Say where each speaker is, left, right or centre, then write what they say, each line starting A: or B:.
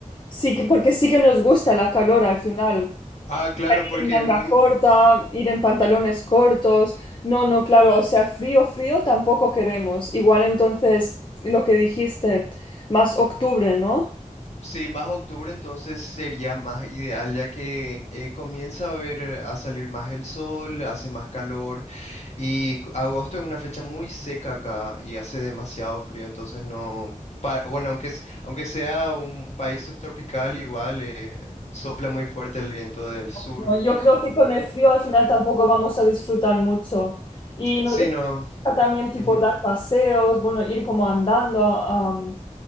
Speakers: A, on the left; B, on the left.
A: sí que, porque sí que nos gusta la calor al final.
B: Ah, claro, porque
A: Ir en manga
B: mm,
A: corta, ir en pantalones cortos. No, no, claro, o sea, frío, frío tampoco queremos. Igual entonces lo que dijiste, más octubre, ¿no?
B: Sí, más octubre entonces sería más ideal ya que eh, comienza a ver eh, a salir más el sol, hace más calor y c- agosto es una fecha muy seca acá y hace demasiado frío, entonces no, pa- bueno, aunque, es- aunque sea un país subtropical igual eh, sopla muy fuerte el viento del sur.
A: No, yo creo que con el frío al final tampoco vamos a disfrutar mucho. Y no-
B: Sí,
A: es-
B: no,
A: también tipo
B: ujú.
A: dar paseos, bueno, ir como andando a,